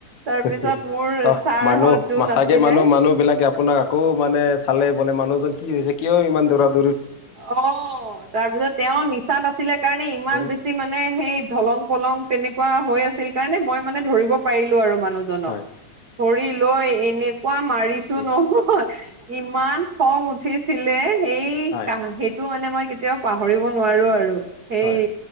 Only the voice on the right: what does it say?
তাৰপিছত
মোৰ
ছাৰহঁত
যোন
আছিলে
অ তাৰপিছত তেওঁ নিচাত আছিলে কাৰণে ইমান
বেছি মানে সেই দলং পলং তেনেকুৱা হৈ আছিল কাৰণে মই মানে ধৰিব পাৰিলো আৰু মানুহজনক
ধৰি লৈ লৈ এনে এনেকোৱা মাৰিছো
নহয় ইমান খং উঠিছিলে এই
কা সেইটো মানে মই কেতিয়াও পাহৰিব নোৱাৰো আৰু সেই।